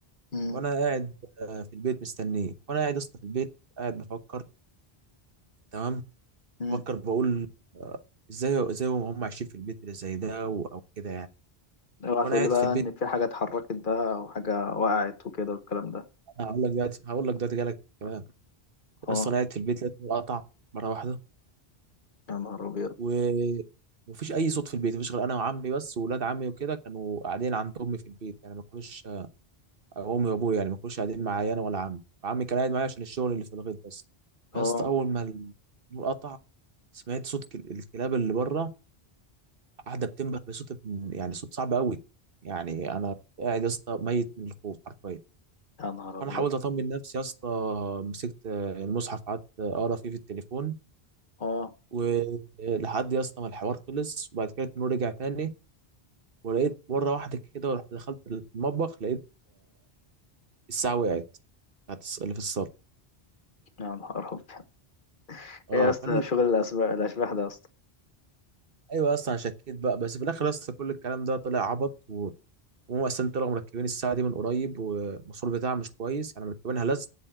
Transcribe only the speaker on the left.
امم
امم
اوعى
تقول
لي بقى
ان في حاجه اتحركت بقى وحاجه وقعت وكده والكلام ده
اه
يا نهار ابيض
اه
يا نهار ابيض
اه
يا نهار ابيض
ايه يا اسطى
شغل الاشباح الاشباح ده يا اسطى